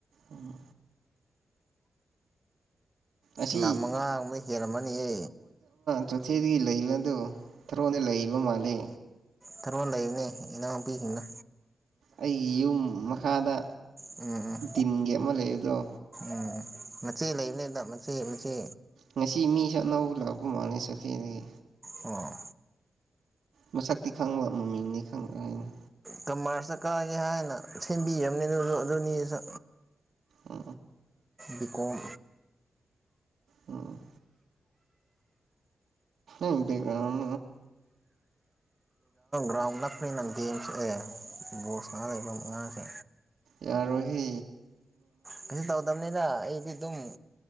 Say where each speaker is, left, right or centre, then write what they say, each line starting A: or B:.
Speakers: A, on the right (about 75°); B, on the right (about 15°).
A: ꯎꯝ ꯑꯁꯤ
B: ꯅꯍꯥꯛ ꯃꯉꯥꯒꯨꯝꯕ ꯍꯦꯜꯂꯝꯝꯃꯅꯤꯌꯦ
A: ꯆꯣꯠꯊꯦꯗꯒꯤ ꯂꯩꯕ ꯑꯗꯨ ꯊꯔꯣꯗ ꯂꯩꯕ ꯃꯥꯜꯂꯦ
B: ꯊꯔꯃꯣꯟꯜ ꯂꯩꯕꯅꯦ ꯏꯅꯥꯎꯄꯤꯁꯤꯡꯅ
A: ꯑꯩꯒꯤ ꯌꯨꯝ ꯃꯈꯥꯗ
B: ꯎꯝ ꯎꯝ
A: ꯇꯤꯟꯒꯤ ꯑꯃ ꯂꯩꯕꯗ꯭ꯔꯣ
B: ꯎꯝ ꯃꯆꯦ ꯂꯩꯕꯅꯦꯗ ꯃꯆꯦ ꯃꯆꯦ
A: ꯉꯁꯤ ꯃꯤꯁꯨ ꯑꯅꯧꯕ ꯂꯥꯛꯄ ꯃꯥꯜꯂꯦ ꯁꯣꯊꯦꯗꯒꯤ
B: ꯑꯣ
A: ꯃꯁꯛꯇꯤ ꯈꯪꯕ ꯃꯃꯤꯡꯅꯤ ꯈꯪꯗ ꯍꯥꯏꯅꯤ
B: ꯀꯃꯔꯁꯇ ꯀꯥꯒꯦ ꯍꯥꯏꯅ ꯁꯦꯝꯕꯤꯝꯅꯤ ꯑꯗꯨ ꯑꯗꯨꯅꯤꯁꯨ
A: ꯑ
B: ꯕꯤꯀꯣꯝ
A: ꯎꯝ ꯏꯇ ꯀ ꯎꯝ
B: ꯭ꯔꯥꯎꯟ ꯂ ꯐ꯭ꯔꯤꯅ ꯒꯦꯝꯁ ꯑꯦ ꯕꯣꯁꯉꯅꯥ ꯂꯩꯕ ꯑꯉꯥꯡꯁꯦ
A: ꯌꯥꯔꯣ ꯍ
B: ꯀꯩꯁꯨ ꯇꯧꯗꯕꯅꯤꯗ ꯑꯩꯗꯤ ꯑꯗꯨꯝ